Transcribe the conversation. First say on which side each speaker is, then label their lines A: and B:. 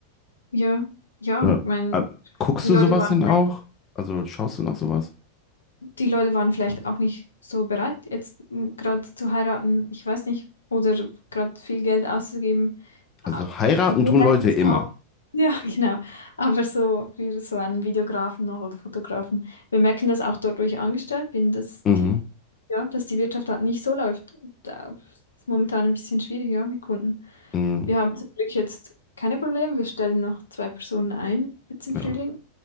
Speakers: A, on the left; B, on the left.
A: ja, ja,
B: Äh,
A: mein,
B: äh, guckst
A: Die
B: du
A: Leute
B: sowas
A: waren
B: denn
A: vielleicht,
B: auch? Also schaust du noch sowas?
A: die Leute waren vielleicht auch nicht so bereit, jetzt gerade zu heiraten, ich weiß nicht, oder gerade viel Geld auszugeben. Ah,
B: Also heiraten
A: Ich <laughs> merke
B: tun Leute
A: das
B: immer.
A: auch. Ja, genau. Aber so für so einen Videografen noch oder Fotografen. Wir merken das auch dort, wo ich angestellt bin, dass
B: Mhm.
A: die, ja, dass die Wirtschaft halt nicht so läuft. Da ist momentan ein bisschen schwierig, ja, mit Kunden.
B: Mhm.
A: Wir haben zum Glück jetzt keine Probleme. Wir stellen noch zwei Personen ein, jetzt im
B: Ja.
A: Frühling.